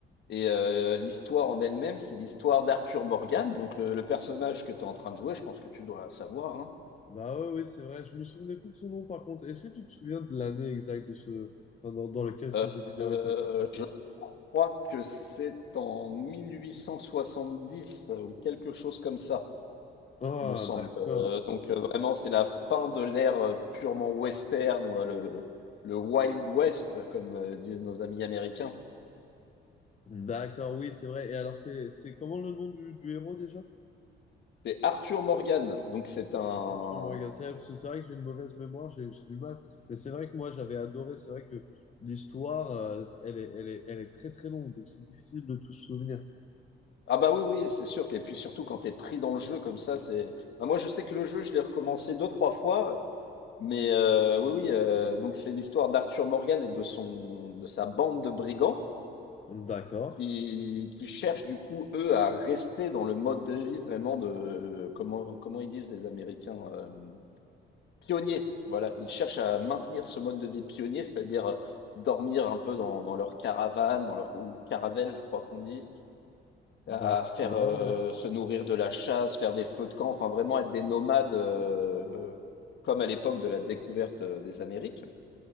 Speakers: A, on the left; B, on the left.
A: Et euh, l'histoire en elle-même, c'est l'histoire d'Arthur Morgan, donc le, le personnage que tu es en train de jouer, je pense que tu dois savoir. hein.
B: Bah ouais, oui, c'est vrai. Je me souvenais plus de son nom, par contre. Est-ce que tu te souviens de l'année exacte de ce... enfin, dans, dans lequel ce
A: Euh,
B: jeu vidéo
A: euh,
B: est interprété?
A: je crois que c'est en 1870 euh, ou quelque chose comme ça,
B: Ah,
A: me semble.
B: d'accord.
A: Euh, donc euh, vraiment, c'est la fin de l'ère euh, purement western, ou, euh, le, le Wild West, comme euh, disent nos amis américains.
B: D'accord, oui, c'est vrai. Et alors, c'est c'est comment le nom du, du héros déjà?
A: C'est Arthur Morgan, donc c'est un,
B: Arthur Morgan. C'est parce que c'est vrai que j'ai une mauvaise mémoire, j'ai j'ai du mal. Mais c'est vrai que moi, j'avais adoré. C'est vrai que l'histoire, euh, elle est, elle est, elle est très très longue, donc c'est difficile de tout se souvenir.
A: Ah bah oui, oui, c'est sûr. Et puis surtout quand t'es pris dans le jeu comme ça, c'est. Bah moi je sais que le jeu, je l'ai recommencé deux, trois fois, mais euh, oui, oui. euh, donc c'est l'histoire d'Arthur Morgan et de son de sa bande de brigands
B: D'accord,
A: qui, qui cherchent du coup, eux, à rester dans le mode de vie vraiment de comment comment ils disent les Américains euh, pionniers. Voilà. Ils cherchent à maintenir ce mode de vie pionnier, c'est-à-dire euh, dormir un peu dans, dans leur caravane, dans leur ou caravelle, je crois qu'on dit
B: d'accord,
A: à faire euh,
B: ouais.
A: se nourrir de la chasse, faire des feux de camp, enfin vraiment être des nomades euh, euh, comme à l'époque de la découverte euh, des Amériques.